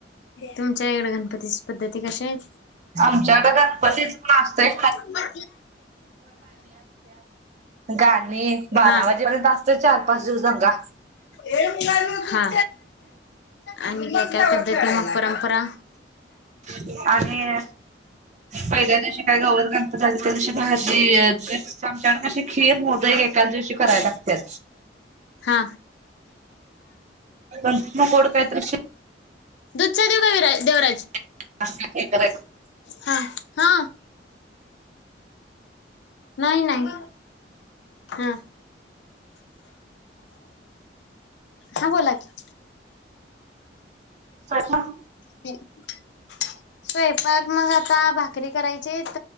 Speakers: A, on the left (about 70°); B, on the right (about 40°).
A: तुमच्या इकड गणपती पद्धती कशा आहेत?
B: आमच्याकडं गणपतीच पण असतय
A: <inaudible> हा
B: गाणी बारा
A: हा
B: वाजेपर्यंत असतोय चार पाच दिवस दंगा
A: हम हा आणि काय काय पद्धती मग, परंपरा?
B: आणि पहिल्या दिवशी काय गवर गणपती झाली त्यादीशी आमच्याकडं कशी खीर, मोदक एक एकाच दिवशी करायला लागत्यात.
A: हा
B: नंतर मग गोड काहीतरी शिरा
A: दुध - चा देऊ काय विराज, देवराज
B: <inaudible>
A: हा हा नाही नाही हा ह बोला की,
B: स्वयंपाक?
A: <inaudible> स्वयंपाक मग, आता भाकरी करायची हाईत,